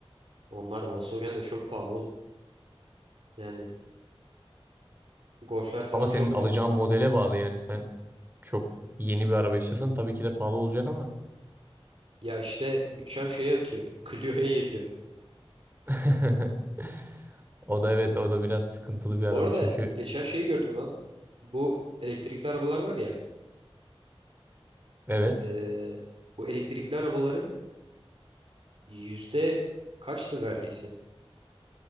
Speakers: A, on the right; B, on the right.
A: Onlar Volkswagen de çok pahalı oğlum. Yani Golf'ler falan
B: Ama senin
A: çok
B: alacağın
A: pahalı.
B: modele bağlı yani. Sen çok yeni bir araba istiyorsan tabii ki de pahalı olacak ama.
A: Ya işte bütçem şeye yatıyor. <laughs> Clio'ya yetiyor.
B: <laughs> O da evet o da biraz sıkıntılı bir araba
A: Bu arada
B: çünkü
A: geçen şey gördüm lan. Bu elektrikli arabalar var ya.
B: evet
A: ee, bu elektrikli arabaların yüzde kaçtı vergisi?